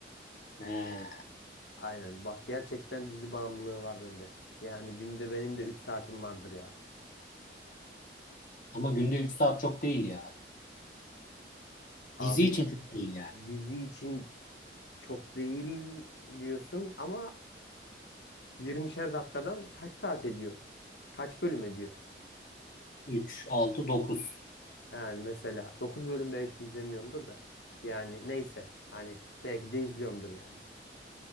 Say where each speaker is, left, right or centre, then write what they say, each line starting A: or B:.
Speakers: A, on the left; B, on the left.
A: He.
B: Aynen bak gerçekten dizi bağımlılığı var bende. Yani günde benim de üç saatim vardır ya.
A: Ama günde 3 saat çok değil ya.
B: Abi
A: Dizi için çok değil yani.
B: dizi için çok değil diyorsun ama yirmişer dakikadan kaç saat ediyor? Kaç bölüm ediyor?
A: üç altı dokuz
B: Yani mesela 9 bölüm belki izlemiyorumdur da. Yani neyse hani belki de izliyorumdur yani.